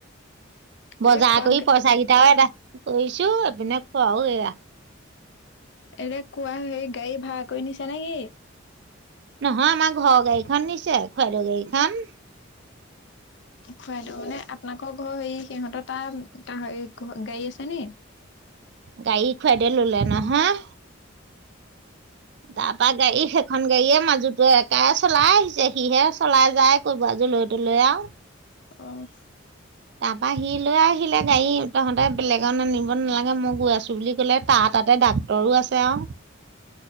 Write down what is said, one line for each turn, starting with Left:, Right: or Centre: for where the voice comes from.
Right: বজাৰ
Left: এতিয়া খোৱা
Right: কৰি পইচা কিটাৰয়ে এটা। কৈছো আপোনাক কোৱাও এয়া।
Left: এলে কোৱা হেৰি গাড়ী ভাড়া কৰি নিছা নে কি।
Right: নহয় আমাৰ ঘৰৰ গাড়ীখন নিছে খুৰাদেও গাড়ীখন।
Left: খুৱাই দিওঁ মানে আপোনালোকৰ ঘৰৰ হেৰি সিহঁতৰ তাৰে গাড়ী আছে নি।
Right: গাড়ীত। খুৱাদেউৱে ললে নহয়। তাৰপা গাড়ী সেইখন গাড়ীৱে মাজুটো কাইয়ে চলাই আহিছে সিহে চলাই যায় কৰবালৈ লৈ জলৈ তলৈ যায় আউ।
Left: অহ।
Right: তাৰপা সি লৈ আহিলে গাড়ী তহঁতে বেলেগত নিঅব নালাগে মই গৈ আছো বুলি কলে তাৰ তাতে ডাক্তৰো আছে আউ।